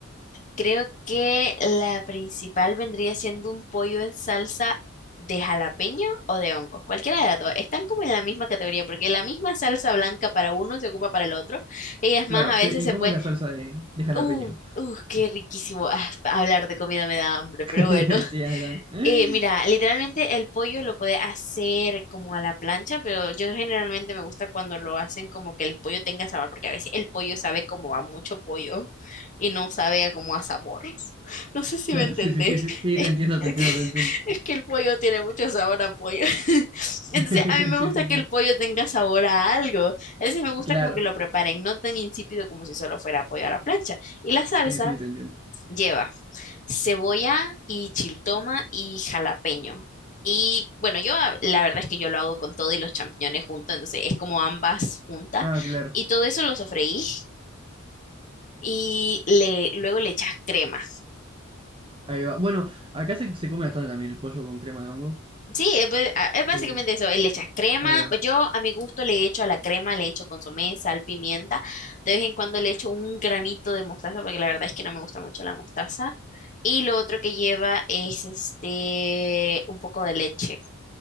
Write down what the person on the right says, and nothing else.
Claro,
pero ¿y
cómo
es la salsa de, de jalapeño?
<laughs>
Sí, a mí también.
Claro,
sí, sí, sí, sí, sí,
te entiendo,
te entiendo, te entiendo.
<laughs>
Sí,
sí,
sí.
Claro,
sí, sí, te entiendo.
Ah, claro.
Ahí va. Bueno, acá se, se come bastante también el pollo con crema de hongo.
Sí,
ahí va.